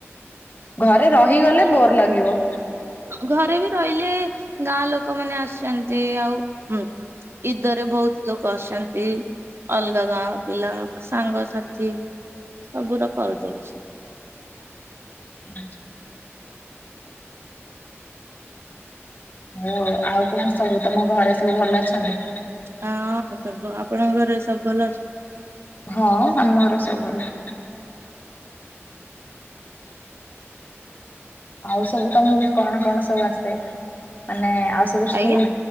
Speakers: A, on the left; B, on the right.
A: ଘରେ ରହିଗଲେ ବୋର ଲାଗିବ
B: ଘରେ ବି ରହିଲେ ଗାଁ ଲୋକମାନେ ଆସିଛନ୍ତି ଆଉ ହଁ ଇଦରେ ବହୁତ ଲୋକ ଆସନ୍ତି ଅଲଗା ଗାଁ ପିଲା ସାଙ୍ଗସାଥି ସବୁୁର କରିଦଉଛି
A: ଆ ଓ ଆଉ କଣ ସବୁ ତମ ଘରେ ସବୁ ଭଲ ଅଛନ୍ତି
B: ହଁ ସବୁ ଭଲ ଆପଣଙ୍କ ଘରେ ସବୁ ଭଲ ଅଛନ୍ତି
A: ହଁ ଆଉ ଆମ ଘରେ ସବୁ ଭଲ ଆଉ ସବୁ ତମକୁ କଣ କଣ ସବୁ ଆସେ ମାନେ ଆଉ ସବୁ
B: ଆଜ୍ଞା
A: ସ୍କୁଲ୍